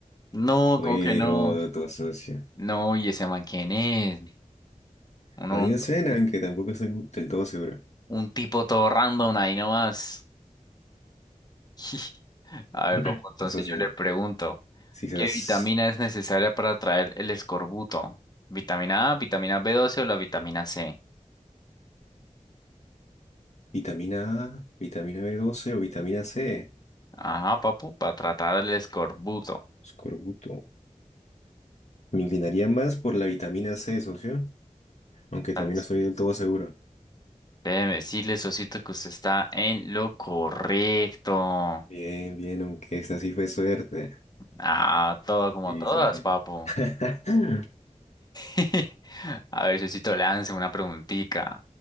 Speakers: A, on the left (about 30°); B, on the left (about 60°).
A: No,
B: Fue
A: ¿cómo que no?
B: Heródoto, socio.
A: No, ¿y ese man quién es? Uno,
B: A mí me suena,
A: un,
B: aunque tampoco estoy del todo seguro.
A: un tipo todo random ahí nomás. <laughs> A ver,
B: <clears throat>
A: papu, entonces
B: Asocia.
A: yo le pregunto,
B: Quizás
A: ¿qué vitamina es necesaria para traer el escorbuto? ¿Vitamina A, vitamina B12 o la vitamina C?
B: vitamina A, vitamina b doce o vitamina C.
A: Ajá, papu, para tratar el escorbuto.
B: Escorbuto. Me inclinaría más por la vitamina C, socio. Aunque también
A: As-
B: no estoy del todo seguro.
A: Déjeme decirle, socito, que usted está en lo correcto.
B: Bien, bien, aunque esta sí fue suerte.
A: Ah, todo como
B: Sí,
A: todas,
B: sí, sí.
A: papu.
B: <laughs>
A: <laughs> A ver, Sosito, lance una preguntica.